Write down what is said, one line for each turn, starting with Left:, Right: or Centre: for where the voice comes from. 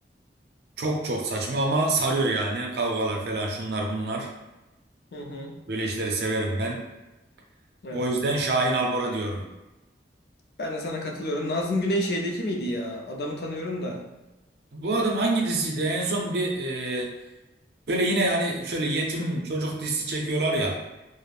Right: Çok çok saçma ama sarıyor yani. Kavgalar falan şunlar bunlar.
Left: Hı hı.
Right: Böyle işleri severim ben.
Left: Evet.
Right: O yüzden Şahin Albora diyorum.
Left: Ben de sana katılıyorum. Nazım Güney şeydeki miydi ya? Adamı tanıyorum da.
Right: Bu adam hangi diziydi? En son bir e, böyle yine hani şöyle yetim
Left: <clears throat> Hı.
Right: çocuk dizisi çekiyorlar ya.